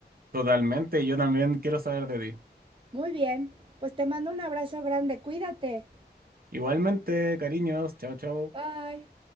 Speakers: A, on the right; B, on the right.
A: totalmente. Yo también quiero saber de ti.
B: Muy bien, pues te mando un abrazo grande, cuídate.
A: Igualmente, cariños, chao, chao.
B: Bye.